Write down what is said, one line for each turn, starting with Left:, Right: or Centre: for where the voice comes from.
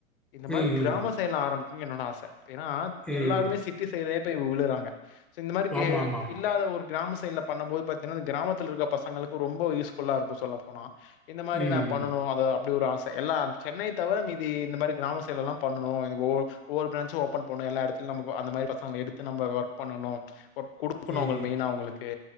Left: இந்த மாரி
Centre: ம்,
Left: கிராம
Centre: ம்,
Left: சைடுல ஆரம்பி நீ என்னோட ஆசை ஏன்னா
Centre: ம்.
Left: எல்லாருமே சிட்டி சைடே போய் விழுறாங்க சோ இந்த மாரி கெ
Centre: ஆமா, ஆமா, ஆமா.
Left: இல்லாத ஒரு கிராம சைடுல பண்ணும் போது பாத்தீனா இந்த கிராமத்ல இருக்க பசங்களுக்குக்கு ரொம்ப யூஸ்ஃபுல்லா இருக்கும் சொல்ல போனா இந்த மாரி
Centre: ம்,
Left: நா பண்ணனும் அது அப்டி ஒரு ஆச எல்லா சென்னை தவிர மீதி இந்த மாரி கிராம சைடுலலா பண்ணனு ஒ ஒவ்வொரு ப்ராஞ்ச்சும் ஒபன் பண்ணனு எல்லா இடத்துலும் நம்ம அந்த மாரி பசங்க எடுத்து நம்ம ஒர்க் பண்ணணும் குடு குடுக்குணு
Centre: ம்,
Left: அவங்க மெயினா அவங்களுக்கு